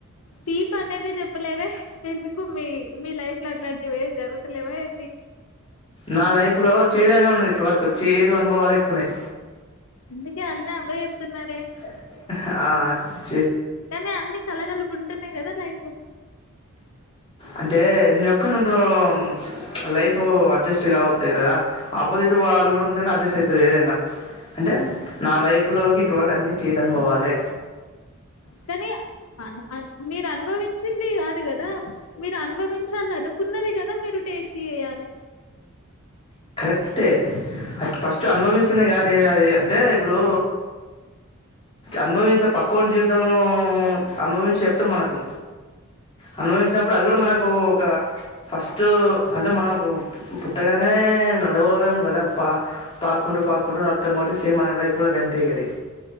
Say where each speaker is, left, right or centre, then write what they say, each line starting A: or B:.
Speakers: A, on the left (about 80°); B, on the left (about 25°).
A: తీపి అనేది చెప్పలేదే ఎందుకు మీ మీ లైఫ్ లో అట్లాంటివే జరుగుతలేవా ఏంది
B: నా లైఫ్లో చేదు అనే ఉన్నది ఇప్పటివరకు చేదు అనుభవాలు ఎక్కువన్నాయి
A: అందుకే అన్నీ అవే చెప్తున్నారే
B: హ
A: కానీ అన్ని కలగలుపు ఉంటున్నాయి కదా లైఫు
B: అంటే ఎన్ని <unintelligible> లైఫ్ అడ్జస్ట్ కావోదిగా కదా ఆపోజిట్ వాళ్ళు కూడా ఉంటేనే అడ్జస్ట్ అవుతుంది ఏదైనా అంటే
A: అవును
B: నా లైఫ్ లోకి ట్వవల్ అన్నీ చేదు అనుభావాలే
A: కనీ అ మీరు అనుభవించింది కాదు కదా మీరు అనుభవించాల అనుకున్నది కదా మీరు టేస్టీ చేయాలి
B: అంతే అది ఫస్ట్ అనుభవస్తుంది కానీ అది అంటే ఇప్పుడూ అనుభవించే పక్క ఉన్న జీవితం అనుభవించి చెప్తమ్ మనకు అనుభవించినప్పుడు అది కూడ మనకు ఒక ఫస్ట్ అంటే మనం ఒక పుట్టగానే నడవలేము కదా పా పాక్కుంటూ పాక్కుంటూ నడుస్తాం కాబట్టి సేమ్ మన లైఫ్ కూడా కంట కది